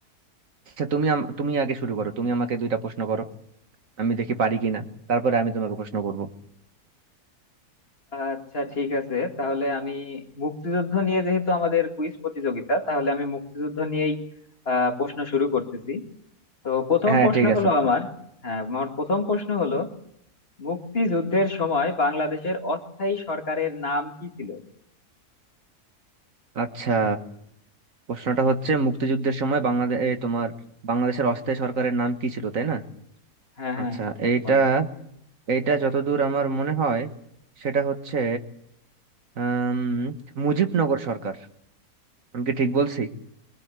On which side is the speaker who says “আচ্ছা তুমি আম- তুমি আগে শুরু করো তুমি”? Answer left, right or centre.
Right